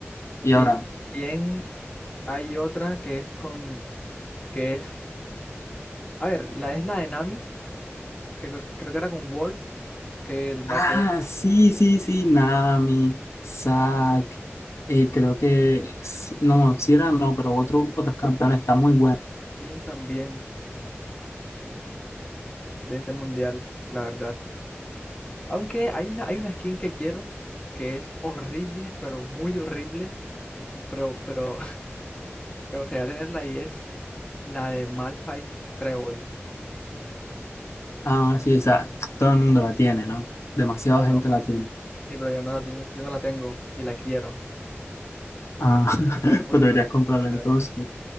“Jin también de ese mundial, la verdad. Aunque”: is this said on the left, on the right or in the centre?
Left